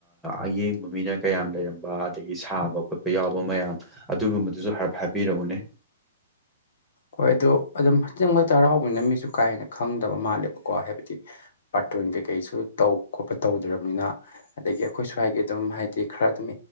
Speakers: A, in the centre; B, on the left.
A: ꯑꯌꯦꯡꯕ ꯃꯤꯅ ꯀꯌꯥꯝ ꯂꯩꯔꯝꯕ ꯑꯗꯒꯤ ꯁꯥꯕ ꯈꯣꯠꯄ ꯌꯥꯎꯕ ꯃꯌꯥꯝ ꯑꯗꯨꯒꯨꯝꯕꯗꯨꯁꯨ ꯍꯥꯏꯕꯤꯔꯛꯎꯅꯦ
B: ꯍꯣꯏ ꯑꯗꯨꯗꯣ ꯑꯗꯨꯝ ꯍꯖꯤꯤꯡꯃꯛ ꯍꯔꯥꯎꯕꯅꯤꯅ ꯃꯤꯁꯨ ꯀꯥꯏꯦꯅ ꯈꯪꯗꯕ ꯃꯥꯜꯂꯦꯕꯀꯣ ꯍꯥꯏꯕꯗꯤ ꯄꯥꯔꯇꯟ ꯀꯩꯀꯩꯁꯨ ꯇꯧ ꯈꯣꯠꯄ ꯇꯧꯗ꯭ꯔꯕꯅꯤꯅ ꯑꯗꯒꯤ ꯑꯩꯈꯣꯏ ꯁ꯭ꯋꯥꯏꯒꯤ ꯑꯗꯨꯝ ꯍꯥꯏꯗꯤ ꯈꯔ ꯑꯗꯨꯝ